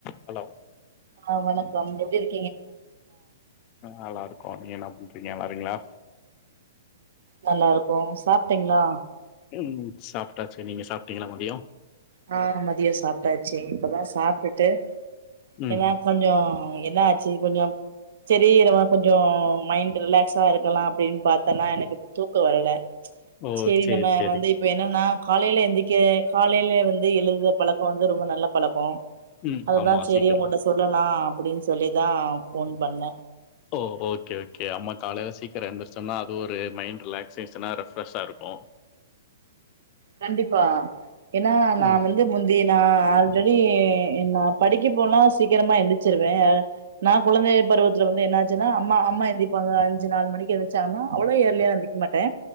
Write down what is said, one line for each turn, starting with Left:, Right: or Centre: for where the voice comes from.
Left: ஹலோ
Right: ஆ வணக்கம் எப்டி இருக்
Left: ஆ நல்லாருக்கோ நீங்க என்ன பண்றிங்க நல்லாறிங்ளா
Right: நல்லா இருக்கோ சாப்ட்டீங்ளா
Left: ம் சாப்ட்டாச்சுங்க நீங்க சாப்ட்டீங்ளா மதியோ
Right: ஆ மதியோ சாப்ட்டாச்சு இப்பதா சாப்ட்டுட்டு
Left: ம்
Right: ஏனா கொஞ்சோ என்ன ஆச்சு கொஞ்சோ சரீ நம்ம கொஞ்சோ மைண்ட் ரிலாக்ஸா இருக்கலா அப்டின்னு பாத்தன்னா எனக்கு இப்ப தூக்கோ வரல
Left: ஓ
Right: செரி
Left: சேரி
Right: நம்ம
Left: சேரி
Right: வந்து இப்ப என்னனா காலைல எந்திரிக்க காலைல வ ந்து எழுவது பழக்கோ வந்து ரொம்ப நல்ல பழக்கோ
Left: ம்
Right: அதுதா
Left: ஆமா
Right: சேரி
Left: சீக்கிரோ
Right: உங்ககிட்ட சொல்லலா அப்டின்னு சொல்லிதா ஃபோன் பண்ண
Left: ஓ ஓகே ஓகே அம்மா காலைல சீக்கிரோ எந்திரச்சொன்ன அது ஒரு மைண்ட் ரிலாக்சேஷனா ரெஃரெஷா இருக்கு
Right: கண்டிப்பா ஏன்னா நா
Left: ம்
Right: வந்து முந்தி நா ஆல்ரெடி நா படிக்க போனா சீக்கிரமா எந்திரிச்சிருவே நா குழந்தை பருவத்தில வந்து என்னாச்சுன்னா அம்மா அம்மா எந்திரிப்பாங்க அஞ்சு நாலு மணிக்கு எந்திரிச்சாங்கன்னா அவ்வளோ இயர்லியா எந்திரிக்க மாட்டே